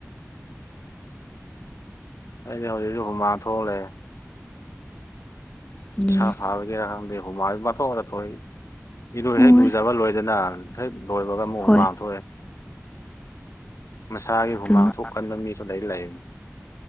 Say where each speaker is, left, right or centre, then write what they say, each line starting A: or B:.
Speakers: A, on the left; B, on the left.
A: ꯑꯩꯁꯦ ꯍꯧꯖꯤꯛꯁꯨ ꯍꯨꯃꯥꯡ ꯊꯣꯛ ꯂꯩ
B: ꯑꯗꯨꯅ
A: ꯏꯁꯥ ꯐꯕꯒꯤꯔ ꯈꯪꯗꯦ ꯍꯨꯃꯥꯡꯁꯦ ꯄꯪꯊꯣꯛꯇ ꯑꯩꯈꯣꯏ ꯏꯔꯨ ꯍꯦꯛ
B: ꯍꯣꯏ
A: ꯂꯨꯖꯕ ꯂꯣꯏꯗꯅ ꯍꯦꯛ ꯂꯣꯏꯕꯒ ꯑꯃꯨꯛ
B: ꯍꯣꯏ
A: ꯍꯨꯃꯥꯡ ꯊꯣꯛꯑꯦ ꯃꯁꯥꯒꯤ
B: ꯑꯗꯨꯅ
A: ꯍꯨꯃꯥꯡ ꯊꯣꯛꯀꯟꯕ ꯃꯤꯁꯨ ꯂꯩꯗꯤ ꯂꯩꯕꯅꯤ